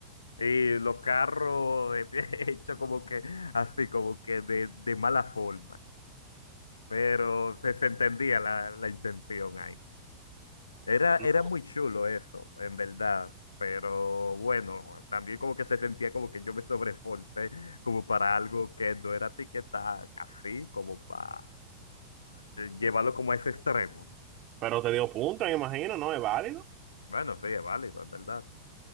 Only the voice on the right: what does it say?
No,
Pero te dio punto, me imagino, ¿no? ¿Es válido?